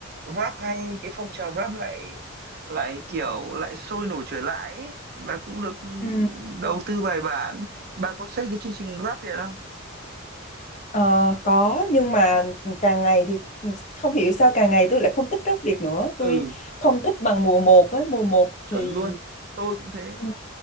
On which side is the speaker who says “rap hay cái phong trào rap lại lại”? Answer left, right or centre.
Right